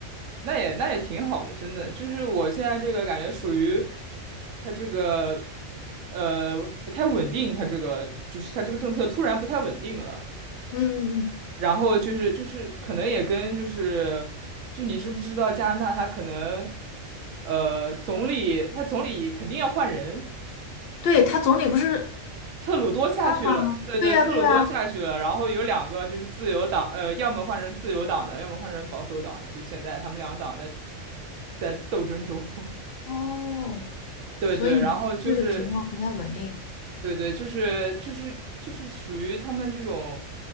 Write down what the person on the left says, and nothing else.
嗯，
对，他总理不是，
吗？
对呀，
对呀。
哦，
所以你这个情况不太稳定。